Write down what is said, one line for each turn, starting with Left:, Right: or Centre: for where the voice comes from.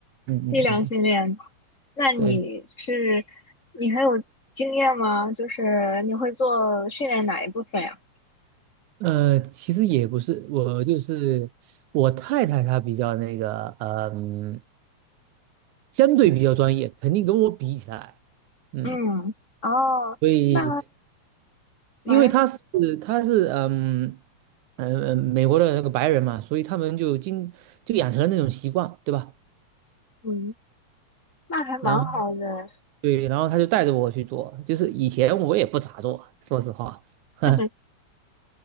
Right: 嗯嗯嗯，
Left: 力量训练，
Right: 嗯
Left: 那你是你还有经验吗？
Right: 对。
Left: 就是你会做训练哪一部分呀？
Right: 呃，其实也不是，我就是我太太，她比较那个，嗯，相对比较专业，肯定跟我比起来，嗯，
Left: 嗯，哦，
Right: 所以
Left: 那蛮
Right: 因为她是她是嗯嗯、呃、美国的那个白人嘛，所以他们就经就养成了那种习惯，对吧？
Left: 嗯，那还蛮好的。
Right: 然后对，然后她就带着我去做，就是以前我也不咋做，说实话，<laughs>
Left: <laughs>